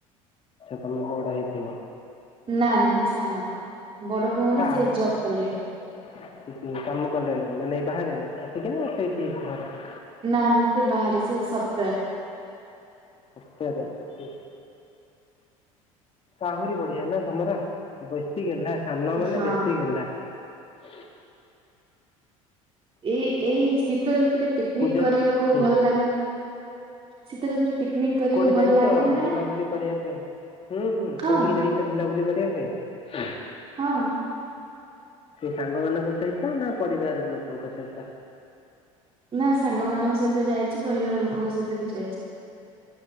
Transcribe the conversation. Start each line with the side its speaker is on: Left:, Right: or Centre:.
Left: ତମେ ବଡ଼ ହେଇଥିବ।
Right: ନା ନା ମୁଁ ସାାନ ବଡ଼ ଭଉଣୀ
Left: ଆହୁ
Right: ସେ ଜବ୍ କଲେଣି।
Left: <inaudible>
Right: ନା ନା ସେ ବାହାରେ ସଫ୍ଟ
Left: <inaudible> ଆହୁରି ବଢ଼ିଆ ନା ତମର, ବେଶୀ ଗେଲ୍ଲା ସାନ ମାନେ
Right: ହଁ
Left: ବେଶୀ ଗେଲ୍ଲା। ହୁଁ
Right: ଏଇ ଏଇ ଶୀତ ଋତୁରେ ପିକ୍ନିକ୍
Left: ପୂଜା
Right: କରିବାକୁ
Left: ହୁଁ
Right: ଭଲ୍ ଲାଗେ। ଶୀତ ଋତୁରେ ପିକନିକ କରିବାକୁ
Left: କଉଠି ଯାଇଚ
Right: ଭଲ ଲାଗେ ନା ନାଇଁ
Left: ବୁଲାବୁଲି କରିବା ପାଇଁ? ହୁଁ ହୁଁ
Right: ହଁ
Left: କଉଠିକି ଯାଇ ବୁଲାବୁଲି କରିବା ପାଇଁ।
Right: ହଁ!
Left: ସାଙ୍ଗମାନଙ୍କ ସଇତ ନା ପରିବାର ଲୋକଙ୍କ ସ--ତ
Right: ନା ସାଙ୍ଗମାନଙ୍କ ସଇତ ଯାଇଚି, ପରିବାର ଲୋକଙ୍କ ସହିତ ବି ଯାଇଚି।